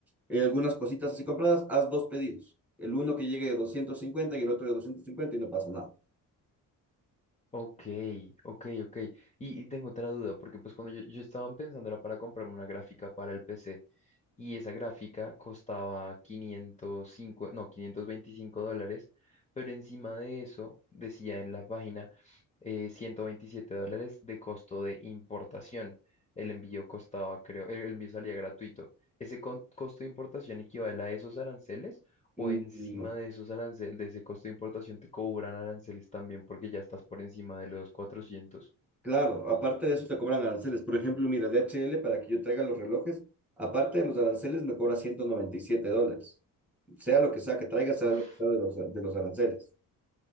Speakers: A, in the centre; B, on the left.
A: eh, algunas cositas así compradas, haz dos pedidos. El uno que llegue de 250 y el otro de 250 y no pasa nada.
B: Ok, ok, ok. Y, y tengo otra duda, porque pues cuando yo, yo estaba pensando era para comprarme una gráfica para el PC y esa gráfica costaba 505, no, 525 dólares, pero encima de eso decía en la página eh, 127 dólares de costo de importación. El envío costaba, creo, el, el envío salía gratuito. ¿Ese co- costo de importación equivale a esos aranceles o
A: Mm,
B: encima
A: no.
B: de esos aranceles, de ese costo de importación, te cobran aranceles también porque ya estás por encima de los cuatrocientos
A: Claro, aparte de eso te cobran aranceles. Por ejemplo, mira, D H. L. para que yo traiga los relojes, aparte de los aranceles me cobra 197 dólares. Sea lo que sea que traiga, sea
B: Uf,
A: lo que sea de los, de los aranceles.